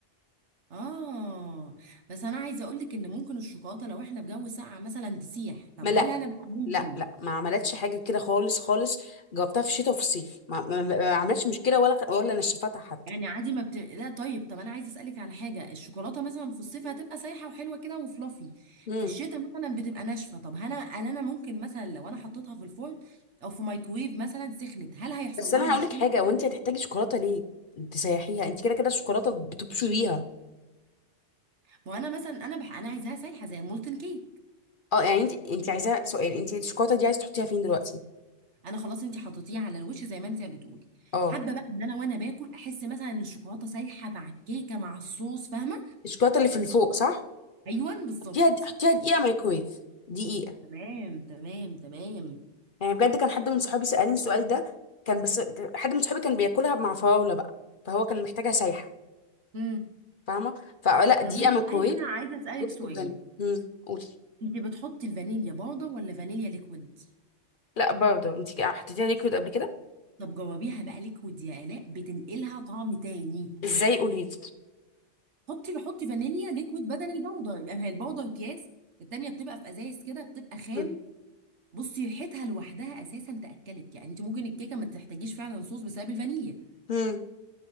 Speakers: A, on the right; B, on the left.
A: اه بس انا عايزه اقول لك ان ممكن الشوكولاته لو احنا في جو ساقع مثلا تسيح طب
B: ما لا
A: هل انا بقى ممكن
B: لا لا ما عملتش حاجه كده خالص خالص جاوبتها في الشتاء وفي الصيف ما, ما, ما عملتش مشكله ولا ولا نشفتها حتى
A: يعني عادي ما بت... لا طيب طب انا عايزه اسالك على حاجه الشوكولاته مثلا في الصيف هتبقى سايحه وحلوه كده وفلافي
B: امم
A: في الشتاء مثلا بتبقى ناشفه طب هل انا هل انا ممكن مثلا لو انا حطيتها في الفرن او في مايكرويف مثلا سخنت هل هيحصل
B: بس
A: لها
B: انا
A: مشكله
B: هقول لك حاجه
A: أو
B: وانت
A: كده؟
B: هتحتاجي شوكولاته ليه تسيحيها انت كده كده الشوكولاته بتبشريها بيها.
A: ما انا مثلا انا بح... انا عايزاها سايحه زي المولتن كيك
B: اه يعني انت انت عايزاها سؤال انت الشوكولاته دي عايز تحطيها فين دلوقتي
A: انا خلاص انت حطيتيه على الوش زي ما انت بتقولي
B: اه
A: حابه بقى ان انا وانا باكل احس مثلا ان الشوكولاته سايحه مع الكيكه مع الصوص فاهمه
B: الشوكولاته اللي في الفوق صح
A: ايوه بالظبط
B: حطيها حطيها دقيقه مايكرويف دقيقه
A: تمام تمام تمام
B: يعني بجد كان حد من صحابي سالني السؤال ده كان بس حد من صحابي كان بياكلها مع فراوله بقى فهو كان محتاجها سايحه
A: امم
B: فاهمه فلا دقيقه
A: طب انا
B: مايكرويف
A: عايزه عايزه اسالك
B: بصي
A: سؤال
B: تبدلي امم قولي
A: انت بتحطي الفانيليا بودر ولا فانيليا ليكويد
B: لا باودر انت حطيتيها ليكويد قبل كده
A: طب جربيها بقى ليكويد يا الاء بتنقلها طعم تاني
B: ازاي قولي لي
A: حطي حطي فانيليا ليكويد بدل البودر يبقى هي البودر اكياس التانية بتبقى في ازايز كده بتبقى خام
B: امم
A: بصي ريحتها لوحدها اساسا تاكلك يعني انت ممكن الكيكه ما تحتاجيش فعلا صوص بسبب الفانيليا
B: امم